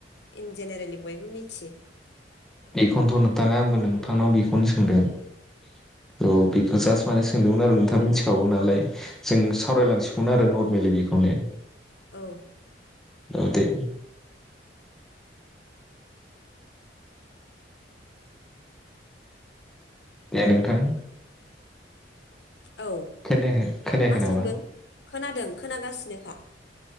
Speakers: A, on the left; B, in the centre.
A: इन जेनेरेलि बयबो मिथियो
B: बेखौनोथ' नोंथाङा आंबो नोंथांनाव बेखौ खोनो सोंदों औ बे जाजास्त माने सोंदोंमोन आरो नोंथाङा मिथ खागौ नालाय जों सावरायलांसिगौमोन आरो नरमेलि बेखौनो।
A: औ
B: औ दे दे नोंथां
A: औ
B: खोनायाखै खोनायाखै
A: मा
B: नामा
A: सोंदों खोनादों खोनागासिनोखा।